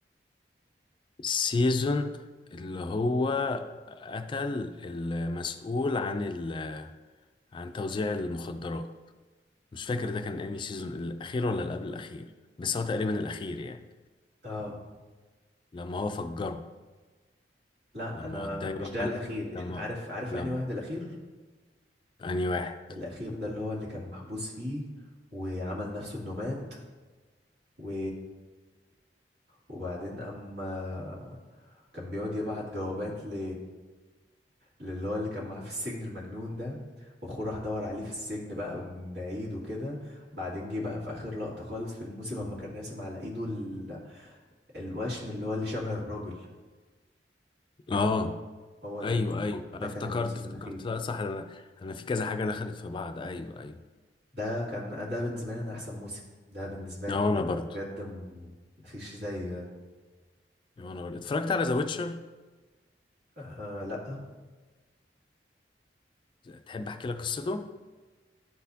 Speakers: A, on the left (about 30°); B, on the right (about 70°).
A: السيزون اللي هو قتل المسؤول عن ال عن توزيع المخدرات مش فاكر ده كان انهي سيزون الاخير ولا اللي قبل الاخير بس هو تقريبا الاخير يعني
B: اه
A: لما هو فجره
B: لا
A: لما
B: انا
A: وداه يروح
B: مش ده
A: عند
B: الاخير
A: لما
B: ال- عارف عارف
A: لما
B: انهي واحد الاخير
A: انهي واحد
B: الاخير ده اللي هو اللي كان محبوس فيه وعمل نفسه انه مات و وبعدين اما كان بيقعد يبعت جوابات ل للي هو اللي كان معاه في السجن المجنون ده واخوه راح دور عليه في السجن بقى من بعيد وكده بعدين جه بقى في اخر لقطة خالص في الموسم اما كان راسم على ايده ال... الوشم اللي هو اللي شبه الراجل
A: اه
B: هو ده
A: ايوه ايوه
B: ده
A: أنا
B: كان
A: افتكرت
B: الموسم
A: افتكرت
B: الاخير
A: لا صح انا انا في كذا حاجه دخلت في بعض ايوه ايوه
B: ده كان ده بالنسبة لي انا احسن موسم ده بالنسبة لي
A: اه
B: بجد
A: انا برضو
B: بجد م- مفيش زي ده.
A: اه انا برضو اتفرجت على ذا ويتشر
B: آه لا
A: تحب احكي لك قصته